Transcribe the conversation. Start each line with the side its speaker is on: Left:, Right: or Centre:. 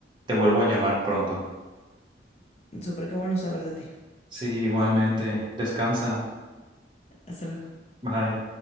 Right: te vuelvo a llamar pronto.
Left: Súper qué bueno saber de ti.
Right: Sí, igualmente. Descansa.
Left: Hasta luego.
Right: Bye.